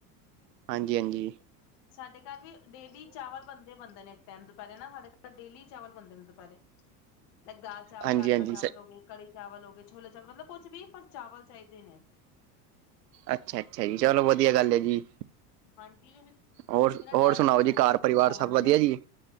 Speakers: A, on the right (about 85°); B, on the left (about 55°).
A: ਹਾਂਜੀ -ਹਾਂਜੀ।
B: ਸਾਡੇ ਘਰ ਵੀ ਡੇਲੀ ਚਾਵਲ ਬਣਦਾ। ਬਣਦੇ ਨੇ, ਇੱਕ ਟਾਈਮ ਦੁਪਹਿਰੇ ਨਾ ਸਾਡੇ ਘਰ ਡੇਲੀ ਚਾਵਲ ਬਣਦੇ ਨੇ ਦੁਪਹਿਰੇ। ਲਾਈਕ ਦਾਲ- ਚਾਵਲ,
A: ਹਾਂਜੀ-ਹਾਂਜੀ
B: ਰਾਜਮਾਂ ਚਾਵਲ
A: ਸ
B: ਹੋ ਗਏ ਕੜੀ -ਚਾਵਲ ਹੋ ਗਏ, ਛੋਲੇ -ਚਾਵਲ ਮਤਲਬ ਕੁਛ ਵੀ ਪਰ ਚਾਵਲ ਚਾਹੀਦੇ ਨੇ।
A: ਅੱਛਾ- ਅੱਛਾ ਜੀ, ਚਲੋ ਵਧੀਆ ਗੱਲ ਹੈ ਜੀ।
B: ਹਾਂਜੀ।
A: ਹੋਰ
B: ਬਿਨਾਂ
A: ਹੋਰ
B: ਟੈਮ
A: ਸੁਣਾਓ
B: ਪਾਸ
A: ਜੀ
B: ਨਹੀਂ ਹੁੰਦਾ
A: ਘਰ
B: ਬਿਨਾਂ
A: ਪਰਿਵਾਰ
B: ਚਾਵਲ
A: ਸਭ ਵਧੀਆ
B: ਦੇ।
A: ਜੀ